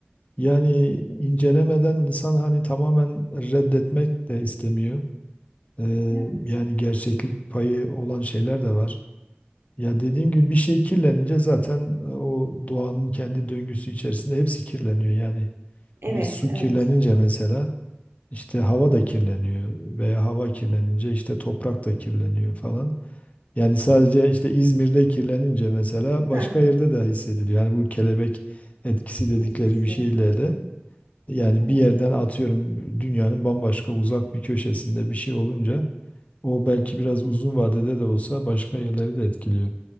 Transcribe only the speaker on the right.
Evet.
evet
evet
Heh,
etkisi
evet.